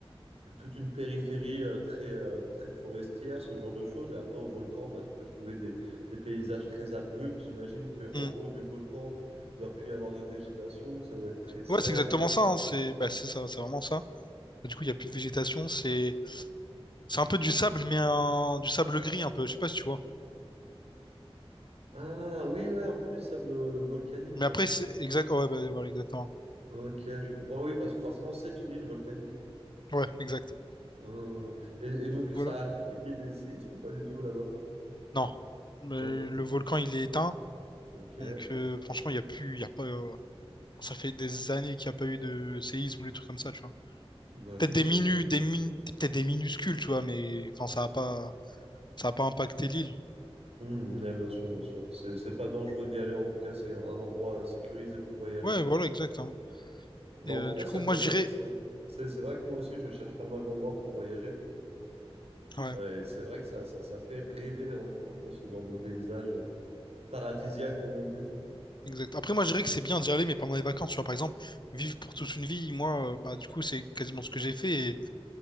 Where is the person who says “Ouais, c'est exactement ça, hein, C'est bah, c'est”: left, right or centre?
Left